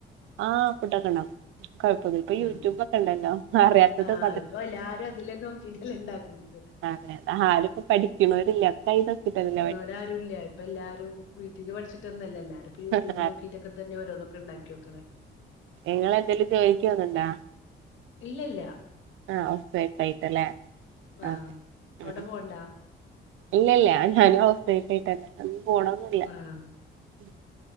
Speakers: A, on the right; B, on the left.
A: ആഹ് ഫുഡ്ക്കെ ഉണ്ടാക്കും കൊഴപ്പൊന്നു ഇപ്പൊ യൂട്യൂബ്
B: ആഹ്
A: ഒക്കെ ഉണ്ടല്ലോ അറിയാത്തത്
B: ആഹ്
A: അതെ
B: ഇപ്പൊ എല്ലാരും അതിലെന്നും നോക്കിട്ട ല്ലേ ഇണ്ടാക്കണത്.
A: അതെ ആരുപ്പ പഠിക്ണോര്ല്ല കൈ നോക്കി തരലാ പണി
B: ഇവിടെ ആരും ല്യ. ഇപ്പൊ എല്ലാരും വീട്ടിന്ന് പഠിച്ചിട്ട്ന്നല്ല. എല്ലാരും ഇപ്പ യൂറ്റൂബ്
A: അതെ
B: നോക്കിയിട്ട് തന്നെ ഒരോന്നൊക്കെ ണ്ടാക്കി വെക്ണെ.
A: ഇങ്ങളന്തേലും ജോലിക്കോന്ന്ണ്ടോ
B: ഇല്ലല്ല
A: ആഹ് ഓഫ് വൈറ്റ് ആയിട്ടല്ലേ.
B: ആഹ്
A: ഓക്കെ ഉം
B: അവ്ടെ പോവ്ണ്ടാ
A: ഇല്ല ഇല്ല ഞാൻ <unintelligible> ഹൗസ് വൈഫ്‌ ആയിതന്നെ അന്ന് പോണം ന്ന് ഇല്ല
B: ആഹ്
A: ഉം